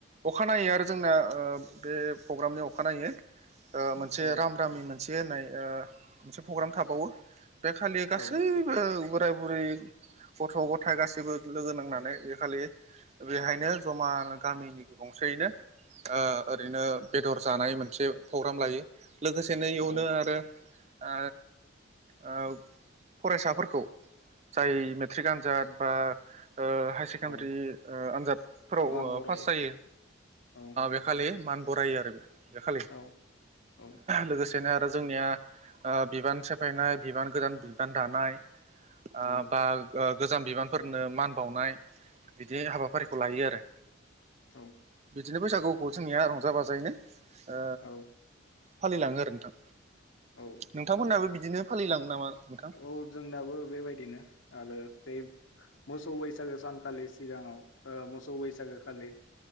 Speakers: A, on the right; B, on the left.
A: अखानायै आरो जोंना ओ बे पग्रामनि अखानायै ओ मोनसे
B: औ
A: राम राममिन से होननाय ओ प्रग्राम थाबावो बे खालि गासैबो
B: औ
A: बोराय बुरै गथ' गथाय गासैबो लोगो नांनानै बे खालि बेहायनो जमानो गामिनि गंसेयैनो ओ ओरैनो बेदर जानाय मोनसे प्रग्राम लायो लोगोसेनो इयावनो
B: औ
A: आरो ओ ओ फरायसाफोरखौ जाय मेट्रिक आनजाद बा ओ हायार सेकेणडारि
B: औ
A: ओ आनजादफोराव
B: मान
A: ओ
B: बरायो
A: पास जायो
B: औ
A: । बे मान बरायो आरो बे । बे खालि
B: औ औ
A: लोगोसेनो दा जोंनिया ओ बिबान सेफायनाय बिबान गोदान बिबान दानाय ओ
B: औ
A: बा गोजाम बिबानफोरनो मान बावनाय बिदि हाबाफारिखौ लायो आरो
B: औ
A: बे बैसागुखौ जोंनिया रंजा बाजायैनो ओ
B: औ
A: फालिलाङो आरो नोंथां।
B: औ
A: नोंथांमोनहाबो बिदिनो। फालिङो नामा? नोंथां
B: औ जोंनाबो बेबायदिनो आरो बे मोसौ बैसागो सानखालि सिगाङाव, ओ मोसौ बैसागो खालि